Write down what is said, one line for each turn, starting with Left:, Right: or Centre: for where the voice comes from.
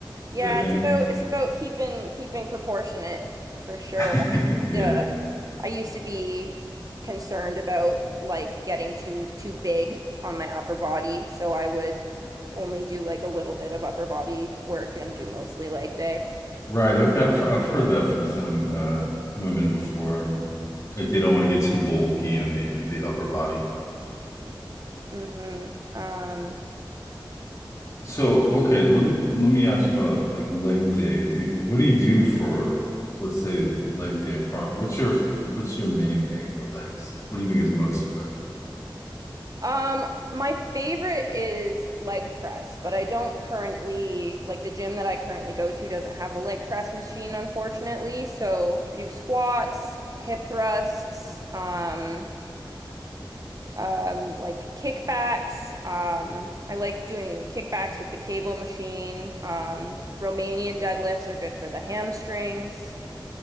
Right: Yeah,
Left: Is that a thing?
Right: it's about it's about keeping keeping proportionate for sure.
Left: <laughs>
Right: I used
Left: Yeah.
Right: to I used to be concerned about like getting too too big on my upper body, so I would only do like a little bit of upper body work and do mostly leg day.
Left: Right. Okay. I've, he- I've heard that from some uh, women before. Like they don't want to get too bulky on the the upper body.
Right: Mm-hmm. Um,
Left: So, okay, let me let me ask you about like leg day. Do, what do you do for, let's say, leg day? pro- What's your what's your main thing for legs? What do you think is most effective?
Right: Um, my favorite is leg press, but I don't currently like the gym that I currently go to doesn't have a leg press machine, unfortunately. So I do squats, hip thrusts, um, um, like kickbacks. Um, I like doing kickbacks with the cable machine. Um, Romanian deadlifts are good for the hamstrings.